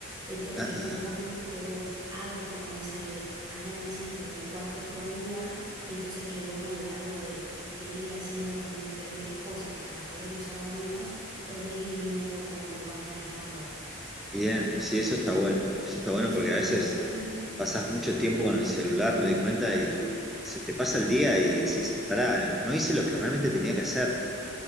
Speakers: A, on the right; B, in the centre.
A: Entonces
B: Ah, ah,
A: yo te recomiendo
B: ah.
A: que vos hagas como ese análisis de ver cuánto es por día, entonces que vos a lo largo de, de ir haciendo como diferentes cosas para poder usarlo menos, podés ir viendo cómo lo vas manejando.
B: Bien, sí, eso está bueno. Eso está bueno
A: Eso
B: porque
A: está
B: a veces
A: bueno. Y
B: pasas mucho tiempo con el celular, me di cuenta, y se te pasa el día y decís, pará, no hice lo que realmente tenía que hacer.